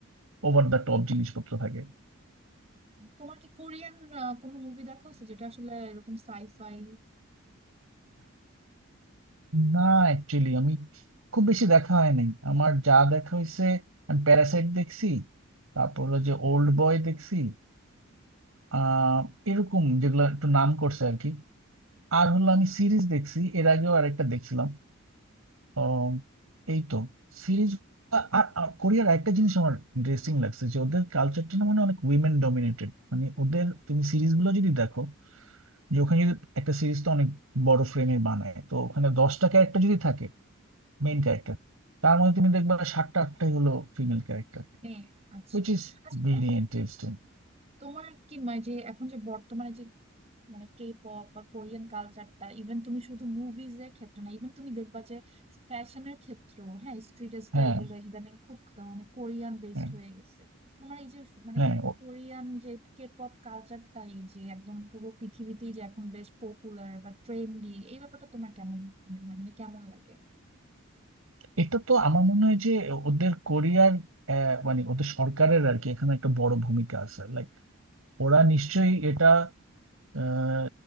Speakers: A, on the right; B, on the right.
A: ওভার দ্য টপ জিনিসপত্র থাকে
B: তোমার কি কোরিয়ান আহ, কোনো মুভি দেখা হয়েছে যেটা আসলে এরকম সাইফাই
A: না অ্যাকচুয়ালি আমি খুব বেশি দেখা হয় নাই আমার যা দেখা হয়েছে আমি প্যারাসাইট দেখছি তারপর হলো যে ওল্ড বয় দেখছি আহ এরকম যেগুলো একটু নাম করছে আর কি আর হলো আমি সিরিজ দেখছি এর আগেও আরেকটা দেখছিলাম আহ, এই তো সিরিজ আর আর কোরিয়ার একটা জিনিস আমার ইন্টারেস্টিং লাগছে যে ওদের কালচারটা না মানে অনেক উইমেন ডমিনেটেড মানে ওদের তুমি সিরিজগুলো যদি দেখো যে ওখানে যদি একটা সিরিজ তো অনেক বড় ফ্রেমে বানায় তো ওখানে দশটা ক্যারেক্টার যদি থাকে মেইন ক্যারেক্টার তার মধ্যে তুমি দেখবা সাতটা আটটাই হলো female character
B: নিয়ে আচ্ছা
A: which is
B: আচ্ছা
A: very
B: তা-
A: interesting
B: তোমার কি মানে যে এখন যে বর্তমানে যে মানে কে পপ বা কোরিয়ান কালচারটা ইভেন তুমি শুধু মুভিজ এর ক্ষেত্রে না ইভেন তুমি দেখবা যে ফ্যাশনের ক্ষেত্রেও হ্যাঁ স্ট্রিট স্টাইল
A: হ্যাঁ
B: গুলো ইদানিং খুব ক- মানে কোরিয়ান বেসড
A: হ্যাঁ
B: হয়ে গেছে তোমার এই যে মানে
A: হ্যাঁ ও-
B: কোরিয়ান যে কে পপ কালচারটা এই যে একদম পুরো পৃথিবীতেই যে এখন বেশ পপুলার বা ট্রেন্ডি এই ব্যাপারটা তোমার কেমন মনে হয় মানে কেমন লাগে
A: এটা তো আমার মনে হয় যে ওদের কোরিয়ার আহ, মানে ওদের সরকারের আর কি এখানে একটা বড় ভূমিকা আছে লাইক ওরা নিশ্চয়ই এটা আহ,